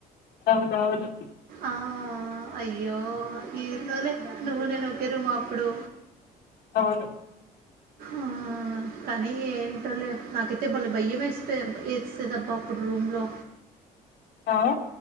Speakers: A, on the left; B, on the right.
A: అవునవును
B: ఆ అయ్యో ఏందోలే నువ్వు నేను ఇద్దరం అప్పుడు
A: అవును
B: ఆ! కానీ ఎంటోలే నాకైతే బలే భయ్యం వేసి ఏసేదబ్బా అప్పుడు రూమ్ లో
A: ఆ